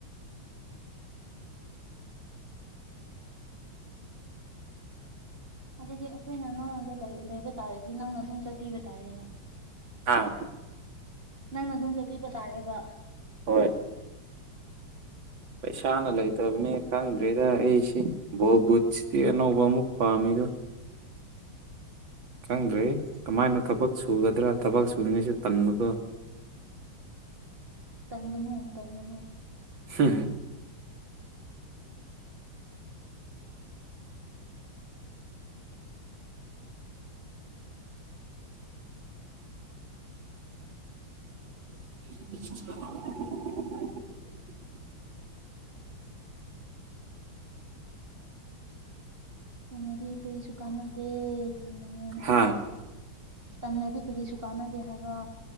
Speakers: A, on the right; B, on the right.
A: ꯑ ꯑꯗꯨꯗꯤ ꯑꯩꯈꯣꯏꯅ ꯅꯔꯣꯝꯗ ꯂꯩꯕ ꯇꯥꯔꯗꯤ ꯅꯪꯅ ꯑꯗꯨꯝ ꯆꯠꯄꯤꯕ ꯇꯥꯔꯦꯅꯦ
B: ꯑꯥ
A: ꯅꯪꯅ ꯑꯗꯨꯝ ꯆꯠꯄꯤꯕ ꯇꯥꯔꯦꯕ
B: ꯍꯣꯏ ꯄꯩꯁꯥꯅ ꯂꯩꯇꯕꯅꯤ ꯈꯪꯗ꯭ꯔꯦꯗ ꯑꯩꯁꯤꯦ ꯕꯣ ꯕꯨꯠꯁꯤꯗꯤ ꯑꯅꯧꯕ ꯑꯃꯨꯛ ꯄꯥꯝꯃꯤ ꯑꯗꯨ ꯆꯪꯗ꯭ꯔꯦ ꯀꯃꯥꯏꯅ ꯊꯕꯛ ꯁꯨꯒꯗ꯭ꯔꯥ ꯊꯕꯛ ꯁꯨꯔꯤꯉꯩꯁꯨ ꯇꯟꯕꯒꯣ
A: ꯇꯪꯒꯅꯨ ꯇꯪꯒꯅꯨ
B: ꯍꯝ ꯍꯝ <unintelligible>
A: ꯀꯥꯟꯅꯗꯤ ꯀꯔꯤꯁꯨ ꯀꯥꯟꯅꯗꯦ ꯀꯜꯒꯅꯨ
B: ꯍꯥ
A: ꯇꯜꯂꯗꯤ ꯀꯔꯤꯁꯨ ꯀꯥꯟꯅꯗꯦ ꯍꯥꯏꯕ